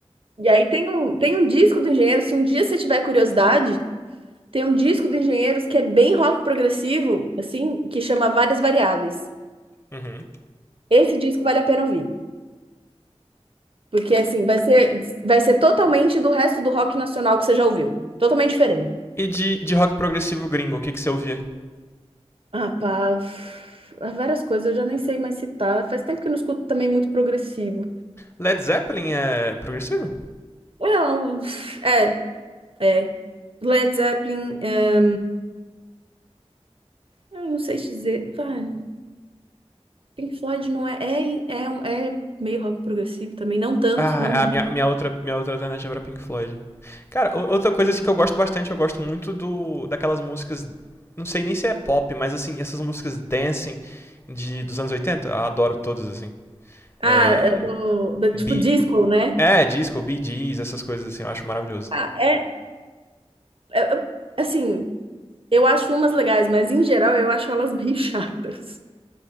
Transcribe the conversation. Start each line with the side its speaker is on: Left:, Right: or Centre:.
Right: E aí tem um, tem um disco do Engenheiros, se um dia você tiver curiosidade, tem um disco do Engenheiros que é bem rock progressivo, assim, que chama Várias Variáveis.
Left: uhum.
Right: Esse disco vale a pena ouvir. Porque, assim, vai ser, vai ser totalmente do resto do rock nacional que você já ouviu. Totalmente diferente.
Left: E de, de rock progressivo gringo, o que, que você ouvia?
Right: Ah, pá. f- Várias coisas, eu já nem sei mais citar. Faz tempo que eu não escuto também muito progressivo.
Left: Led Zeppelin é progressivo?
Right: Não, é, é. Led Zeppelin, é, eu não sei te dizer. Vai, Pink Floyd não é, é, é, um- é meio rock progressivo também, não tanto,
Left: Ah,
Right: não.
Left: a minha, minha, outra, minha outra alternativa era Pink Floyd. Cara, outra coisa assim que eu gosto bastante, eu gosto muito do daquelas músicas, não sei nem se é pop, mas assim, essas músicas dancing de, dos anos 80, eu adoro todas, assim. É,
Right: Ah, é do, do tipo
Left: Be-
Right: disco, né?
Left: É, disco, Bee Gees, essas coisas assim, eu acho maravilhoso.
Right: Ah, é, é- é- assim, Eu acho umas legais, mas em geral eu acho elas <laughs> bem chatas.